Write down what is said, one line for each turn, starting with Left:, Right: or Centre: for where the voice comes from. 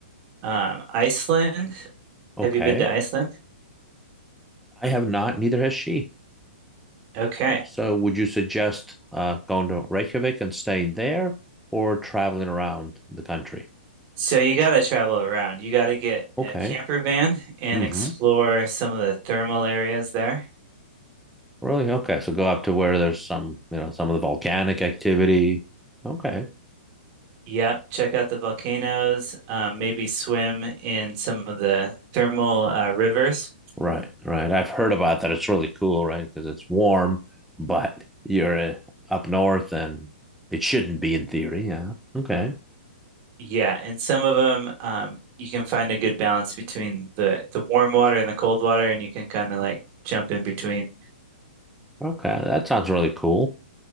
Right: um, Iceland.
Centre: Okay.
Right: Have you been to Iceland?
Centre: I have not. Neither has she.
Right: Okay.
Centre: So, would you suggest uh, going to Reykjavik and staying there or traveling around the country?
Right: So you got to travel around. You got to get
Centre: Okay.
Right: a camper van and
Centre: Mm-hmm.
Right: explore some of the thermal areas there.
Centre: Really? Okay. So, go up to where there's some, you know, some of the volcanic activity. Okay.
Right: Yeah, check out the volcanoes, um, maybe swim in some of the thermal uh, rivers.
Centre: Right. Right. I've heard about that. It's really cool, right? Because it's warm, but you're uh, up north and it shouldn't be in theory. Yeah. Okay.
Right: Yeah, and some of them um, you can find a good balance between the the warm water and the cold water, and you can kind of like jump in between.
Centre: Okay. That sounds really cool.